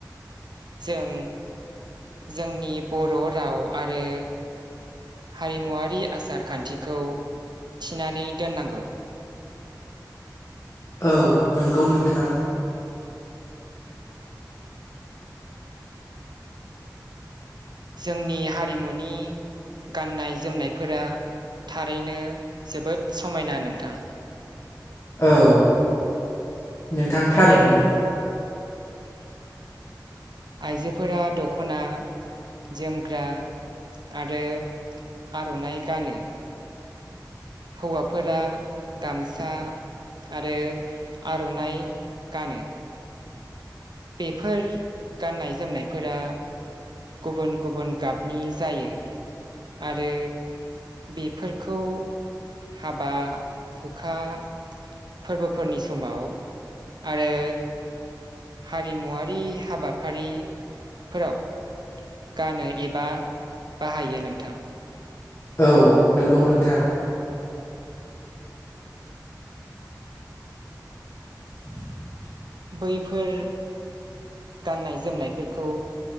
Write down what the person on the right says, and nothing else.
जों जोंनि बर' राव आरो हारिमुवारि आसार खान्थिखौ थिनानै दोननांगौ।
जोंनि हारिमुनि गाननाय जोमनायफोरा थारैनो जोबोद समायना नोंथां।
आइजोफोरा दख'ना जोमग्रा आरो आर'नाइ गानो। हौवाफोरा गामसा आरो आर'नाइ गानो बेफोर गाननाय जोमनायफोरा गुबुन गुबुन गाबनि जायो आरो बेफोर बेखौ हाबा हुखा फोरबोफोरनि समाव आरो हारिमुवारि हाबाफारिफोराव गानो एबा बाहायो नोंथां।
बैफोर गाननाय जोमनायफोरखौ